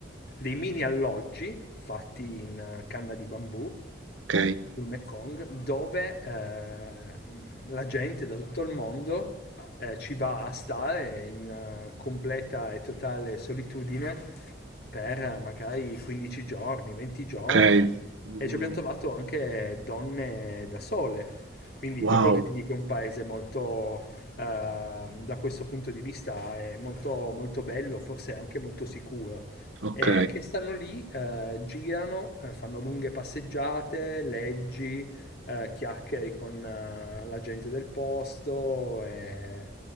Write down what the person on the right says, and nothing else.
ok,
ok, Mm,
wow,
ok,